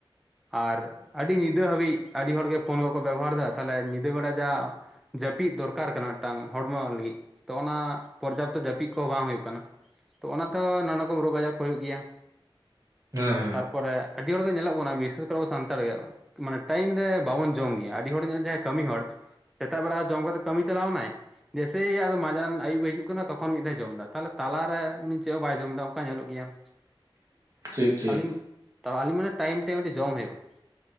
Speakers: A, in the centre; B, on the right.
A: ᱟᱨ ᱟᱹᱰᱤ ᱧᱤᱫᱟᱹ ᱦᱟᱹᱵᱤᱡ ᱟᱹᱰᱤ ᱦᱚᱲ ᱜᱮ ᱯᱷᱳᱱ ᱢᱟᱠᱚ ᱵᱮᱵᱚᱦᱟᱨᱮᱫᱟ᱾ ᱛᱟᱞᱦᱮ ᱧᱤᱫᱟᱹ ᱵᱮᱲᱟ ᱡᱟ ᱼᱼ ᱡᱟᱹᱯᱤᱫ ᱫᱚᱨᱠᱟᱨ ᱠᱟᱱᱟ ᱢᱤᱫᱴᱟᱱ ᱦᱚᱲᱢᱚ ᱞᱟᱹᱜᱤᱫ ᱛᱚ ᱚᱱᱟ ᱯᱚᱨᱡᱟᱯᱛᱚ ᱡᱟᱹᱯᱤᱫ ᱠᱚ ᱦᱚᱸ ᱵᱟᱝ ᱦᱩᱭᱩᱜ ᱠᱟᱱᱟ। ᱛᱚ ᱚᱱᱟ ᱛᱮᱦᱚᱸ ᱱᱟᱱᱟ ᱨᱚᱠᱚᱢ ᱨᱳᱜᱽ ᱟᱡᱟᱨ ᱠᱚ ᱦᱩᱭᱩᱜ ᱜᱮᱭᱟ।
B: ᱦᱮᱸ ᱦᱮᱸ
A: ᱛᱟᱨ ᱯᱚᱨᱮ ᱟᱹᱰᱤ ᱦᱚᱲᱜᱮ ᱧᱮᱞᱚᱜ ᱵᱚᱱᱟ ᱵᱤᱥᱮᱥ ᱠᱚᱨᱮ ᱟᱵᱚ ᱥᱟᱱᱛᱟᱲ ᱜᱮ ᱢᱟᱱᱮ ᱼᱼ ᱴᱟᱭᱤᱢ ᱨᱮ ᱵᱟᱵᱚᱱ ᱡᱚᱢ ᱜᱮᱭᱟ ᱟᱹᱰᱤ ᱦᱚᱲ <unintelligible> ᱡᱟᱦᱟᱸᱭ ᱠᱟᱹᱢᱤ ᱦᱚᱲ ᱥᱮᱛᱟᱜ ᱵᱮᱲᱟ ᱡᱚᱢ ᱠᱟᱛᱮᱫ ᱠᱟᱹᱢᱤ ᱪᱟᱞᱟᱣᱱᱟᱭ ᱡᱮᱥᱮ ᱟᱫᱚ ᱢᱟᱡᱟᱱ ᱟᱹᱭᱩᱵ ᱮ ᱦᱤᱡᱩᱜ ᱠᱟᱱᱟ ᱛᱚᱠᱷᱚᱱ ᱢᱤᱫ ᱫᱷᱟᱣ ᱡᱚᱢ ᱮᱫᱟ ᱛᱟᱦᱚᱞᱮ ᱛᱟᱞᱟᱨᱮ ᱩᱱᱤ ᱪᱮᱫ ᱦᱚᱸ ᱵᱟᱭ ᱡᱚᱢ ᱮᱫᱟ ᱚᱱᱠᱟ ᱧᱮᱞᱚᱜ ᱜᱮᱭᱟ।
B: <inaudible> ᱴᱷᱤᱠ
A: ᱟᱹᱞᱤᱧ ᱛᱟᱣ ᱟᱹᱞᱤᱧ ᱢᱟᱱᱮ ᱴᱟᱭᱤᱢ ᱴᱟᱭᱤᱢ ᱨᱮ ᱡᱚᱢ ᱦᱩᱭᱩᱜᱼᱟ।